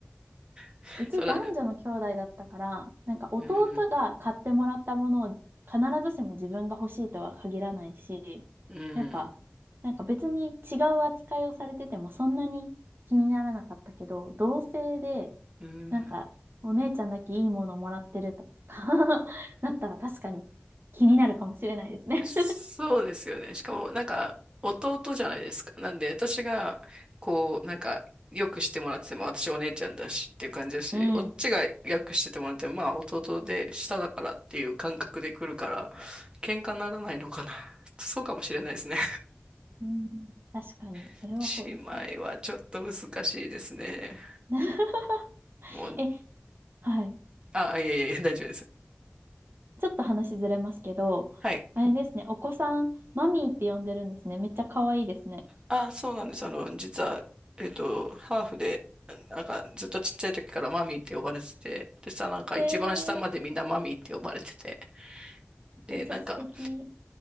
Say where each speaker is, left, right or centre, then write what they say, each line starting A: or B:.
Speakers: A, on the right; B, on the right.
A: <laughs>
B: うち男女の兄弟だったから、
A: それ、
B: なんか弟が買ってもらったものを必ずしも自分が欲しいとは限らないし、
A: うん、うん、
B: やっぱ、なんか別に違う扱いをされててもそんなに気にならなかったけど、同性で、
A: うん。
B: なんかお姉ちゃんだけいいものもらってるとか <laughs> なったら確かに気になるかもしれないですね
A: そうですよね。しかも、なんか、弟じゃないですか。なんで、私が、こう、なんか、よくしてもらってても、私お姉ちゃんだしっていう感じだし、
B: うん。
A: おっちがよくしててもらっても、まあ、弟で下だからっていう感覚で来るから、喧嘩にならないのかな。<laughs> そうかもしれないですね。
B: うん。確かに、
A: <laughs>
B: それはそうですね。
A: 姉妹はちょっと難しいですね。
B: <laughs>
A: もう、
B: え、はい。
A: あ、いやいやいや、大丈夫です。
B: ちょっと話ずれますけど、
A: はい。
B: あれですね、お子さん、マミーって呼んでるんですね。めっちゃ可愛いですね。
A: あ、そうなんです。あの、実は、えっと、ハーフで、なんかずっとちっちゃい時からマミーって呼ばれてて、でさ、なんか一番下までみんなマミーって呼ばれてて、
B: えー、
A: で、
B: めっちゃ素敵。
A: なんか、